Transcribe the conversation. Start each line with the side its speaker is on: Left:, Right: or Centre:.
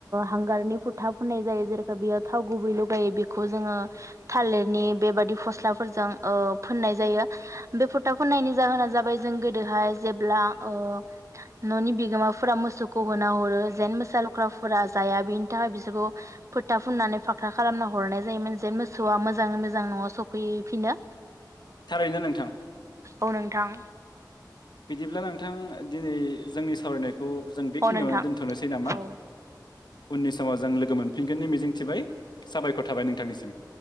Right: हांगारनि फोथा फुननाय जायो जेरेखा बेयो थाव गुबैल' बेखौ जोङो थालिरनि बेबादि फस्ला फोरजों ओ फोननाय जायो बे फोथा फुननायनि जाहोना जाबाय जों गोदोहाय जेब्ला ओ न'नि बिगोमा फोरा मोसौखौ होना हरो जेन मोसा लख्राफोरा जाया बेनि थाखाय बिसोरखौ फोथा फुननानै फाख्रा खालामना हरनाय जायोमोन जेन मोसौआ मोजाङै मोजां नङा सफै फिनो।
Left: थारैनो नोंथां।
Right: औ नोंथां
Left: बिदिब्ला नोंथां दिनै जोंनि सावरायनाय खौ जों बेखिनियावनो
Right: अ नोंथां
Left: दोनथ'नोसै नामा?
Right: औ
Left: उननि समाव जों लोगो मोनफिनगोननि मिजिं थिबाय साबायखर थाबाय नोंथांनिसिम।